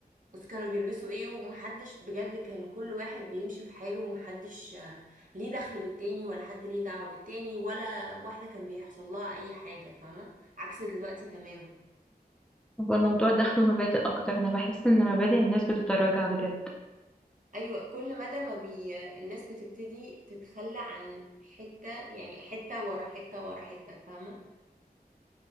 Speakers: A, on the right; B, in the centre.
A: بس كانوا بيلبسوا ايه ومحدش بجد كان كل واحد بيمشي في حاله ومحدش آه، ليه دخل بالتاني ولا حد ليه دعوة بالتاني ولا واحدة كان بيحصل لها اي حاجة فاهمة عكس دلوقتي تماما
B: هو الموضوع دخله مبادئ اكتر انا بحس ان مبادئ الناس بتتراجع بجد
A: ايوه كل مدى ما بي الناس بتبتدي تتخلى عن حتة يعني حتة ورا حتة ورا حتة فاهمة